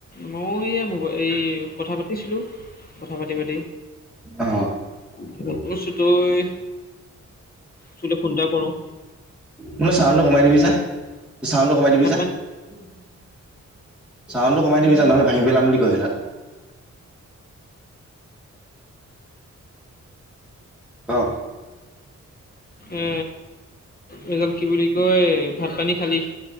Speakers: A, on the left (about 30°); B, in the centre.
A: মও এইয়া মবাই এই কথা পাতিছিলোঁ কথা পাতি পাতি
B: অ
A: <unintelligible> তই তোলে ফোন এটা কৰো।
B: মোলে চাউণ্ডটো কমাই দিবি যা চাউণ্ডটো কমাই দিববি
A: ভাত
B: যা।
A: পানী
B: <inaudible> চাউণ্ডটো কমাই দিবি যা নহ'লে ভাঙি পেলাম বুলি ক সেইডাল। অহ।
A: এ এই ডাল কি বুলি কয়, ভাত পানী খালী।